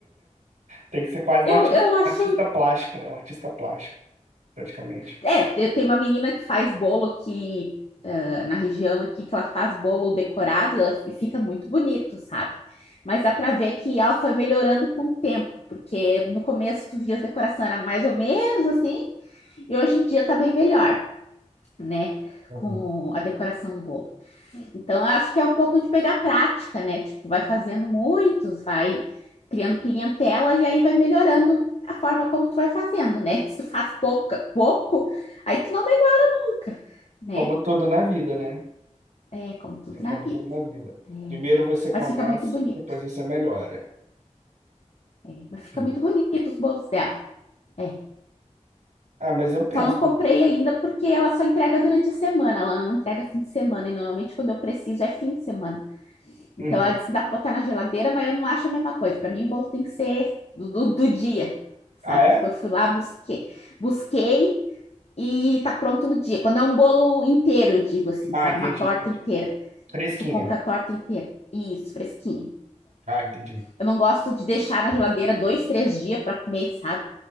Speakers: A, on the right (about 75°); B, on the left (about 55°).
A: tem que ser quase
B: Eu,
A: um arti-
B: eu acho
A: um artista plástico, né? Um artista plástico, praticamente.
B: É, eu tenho uma menina que faz bolo aqui, ah, na região aqui, que ela faz bolo decorado e ela e fica muito bonito, sabe? Mas dá pra ver que ela foi melhorando com o tempo, porque no começo tu via as decorações era mais ou menos assim, e hoje em dia tá bem melhor, né?
A: Uhum.
B: Com a decoração do bolo. Então, eu acho que é um pouco de pegar prática, né? Tipo, vai fazendo muitos, vai criando clientela e aí vai melhorando a forma como tu vai fazendo, né? Se tu faz pouca, pouco, aí tu não nunca, né?
A: Como tudo na vida, né?
B: É como tudo
A: Tem como
B: na vida.
A: tudo na vida.
B: É,
A: Primeiro você começa,
B: mas fica muito bonito.
A: depois você melhora.
B: É, mas fica
A: Uhum.
B: muito bonito os bolos dela. É.
A: Ah, mas eu penso.
B: Só não comprei ainda porque ela só entrega durante a semana, ela não entrega fim de semana, e normalmente quando eu preciso é fim de semana. Então
A: Uhum.
B: ela diz que dá para botar na geladeira, mas eu não acho a mesma coisa. Para mim, o bolo tem que ser do, do, do dia,
A: Ah,
B: sabe?
A: é?
B: Tipo, eu fui lá, busquei, busquei e tá pronto no dia. Quando é um bolo inteiro, eu digo assim,
A: Ah,
B: sabe?
A: entendi,
B: Uma torta
A: entendi.
B: inteira.
A: Fresquinha.
B: Tu compra a torta inteira. Isso, fresquinha.
A: Ah, entendi.
B: Eu não gosto de deixar na geladeira dois, três dias para comer, sabe?